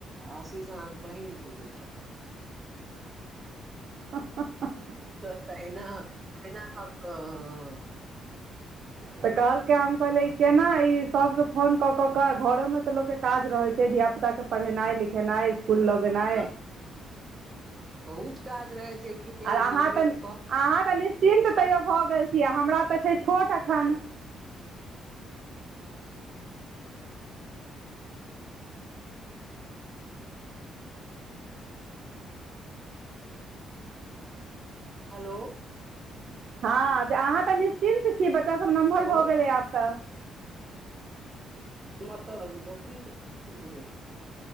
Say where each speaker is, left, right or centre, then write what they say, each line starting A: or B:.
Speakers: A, on the right; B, on the right.
A: आशीष अहाँके बहिन के बेटा
B: ह <unintelligible> <unintelligible>
A: त तहिना अब तहिना ह <unintelligible>
B: तऽ कहलया हाम कहलै केना ई सभके फोन कऽ कऽ कऽ घरोमे तऽ लोकके काज रहैत छै धियापुताके पढ़ेनाइ लिखेनाइ फुल लगेनाइ
A: हँ बहुत काज रहै छै कि एगो
B: आर अहाँ
A: गृहणी
B: तऽ
A: कम
B: अहाँ तऽ निश्चिन्त तैयो भऽ गेल छी हमरा तऽ छै छोट एखन
A: हलो
B: हँ जे अहाँ तऽ निश्चिन्त छी बच्चासभ नमहर
A: हेलो
B: भऽ गेलै आब तऽ
A: हमर तऽ नौकरी बे <unintelligible>